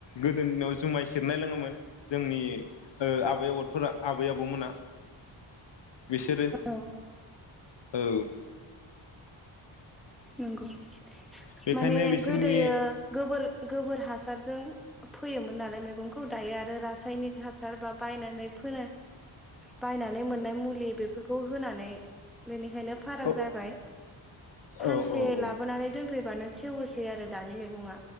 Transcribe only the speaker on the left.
गोदोनि दिनाव जुमाय स <unintelligible> लोङोमोन। जोंनि ओ आ बे <unintelligible> फोरा आबै आबौमोना। बिसोरो
औ।
बेखायनो
बिसोरनि
औ
औ औ औ